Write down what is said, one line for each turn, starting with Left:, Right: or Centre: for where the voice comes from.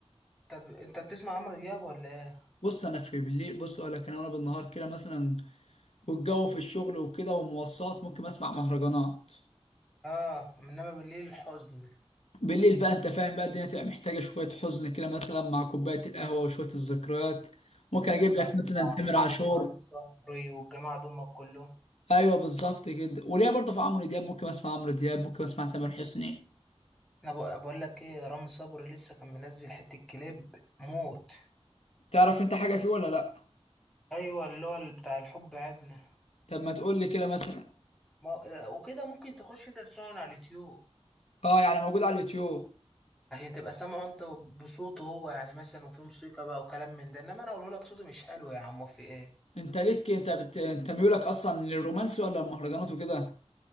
Centre: طب انت بتسمع عمرو دياب ولا ايه
Left: بص انا في بالليل بص اقول لك انا وانا بالنهار كده مثلا والجو في الشغل وكده ومواصلات ممكن اسمع مهرجانات
Centre: اه انما بالليل الحزن
Left: بالليل بقى انت فاهم بقى الدنيا تبقى محتاجه شويه حزن كده مثلا مع كوبايه القهوه وشويه الذكريات ممكن
Centre: بتسمع
Left: اجيب لك مثلا
Centre: تامر عاشور
Left: تامر عاشور
Centre: ورامي صبري والجماعة دول كلهم
Left: ايوه بالظبط كده وليه برضو في عمرو دياب ممكن اسمع عمرو دياب ممكن اسمع تامر حسني
Centre: انا بق- بقول لك ايه رامي صبري لسه كان منزل حتة كليب موت
Left: تعرف انت حاجه فيه ولا لا
Centre: ايوه اللي هو اللي بتاع الحب عدنا
Left: طب ما تقول لي كده مثلا
Centre: ما... وكده ممكن تخش انت تسمعه من على اليوتيوب
Left: اه يعني موجود على اليوتيوب
Centre: عشان تبقى سامعه انت بصوته هو يعني مثلا وفي موسيقى بقى وكلام من ده انما انا اقول لك صوته مش حلو يا عم في ايه
Left: انت ليك انت بت... انت ميولك اصلا للرومانسي ولا المهرجانات وكده